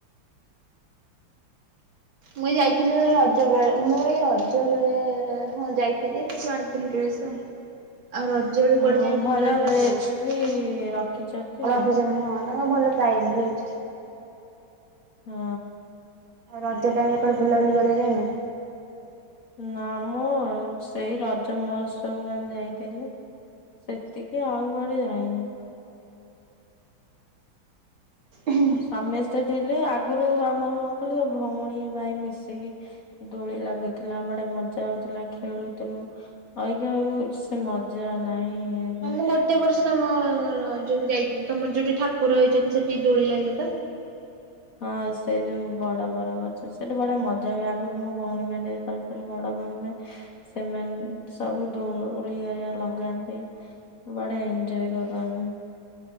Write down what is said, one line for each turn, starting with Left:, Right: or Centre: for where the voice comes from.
Left: <inaudible>
Right: ମୁଇଁ ଯାଇଥିଲି ରଜ ବଳେ ମୁଁ ଏଇ ରଜ ବଳେ ହଁ ଯାଇଥିଲି ସେଠ ଆଣିଥିଲି ଡ୍ରେସ ଆଉ। ଆଉ ରଜ ବେଳେ
Left: ହଁ
Right: କୁଆଡେଯାଇନ
Left: ଭଲ
Right: ବୁଲାବୁଲି
Left: ଡ୍ରେସ୍
Right: କରିବା <unintelligible>
Left: ବି ରଖିଛନ୍ତି
Right: ହଁ। ତାଙ୍କ ଭଲ ପ୍ରାଇସ୍ ବି ଅଛି ସେଠି।
Left: ହଁ।
Right: ରଜ ଟାଇମ ରେ କୁଆଡେ ବୁଲାବୁଲି କରିବାକୁ ଜାଇନ?
Left: ନା ମୁଁ ସେଇ ରଜ ମହୋତ୍ସବ କାଲି ଯାଇଥିଲି। ସେତିକି ଆଉ କୁଆଡେ ଯାଇନି।
Right: ହୁଁ।
Left: ସମେସ୍ତେ ଥିଲେ ଆଗରୁ ଆମ କଣ କହିଲ ଭଉଣୀ ଭାଇ ମିଶିକି ଦୋଳି ଲାଗୁଥିଲା ବଢିଆ ମଜା ହଉଥିଲା ଖେଳୁଥିଲୁ। <unintelligible> ଆଉ ସେ ମଜା ନାହିଁ। ନାହିଁ।
Right: ହଁ ମୁଁ ଗୋଟେ ବର୍ଷ ତମ ଯୋଉ ବି ଯାଇଥିଲ ତମର ଯୋଉଠି ଠାକୁର ହେଇଛନ୍ତି ସେଠି ଦୋଳି ଲାଗେପା।
Left: ହଁ ସେ ଯୋଉ ବଡ ବର ଗଛ ସେଠି ବଢିଆ ମଜା ହୁଏ ଆଗରୁ ମୋ ଭଉଣୀ ମାନେ ବଡ ଭଉଣୀ ମ ସେମାନେ ସବୁ ଦୋଳି ହେରିକା ଲଗାନ୍ତି। ବଢିଆ ଏଞ୍ଜୟ୍ କରମ।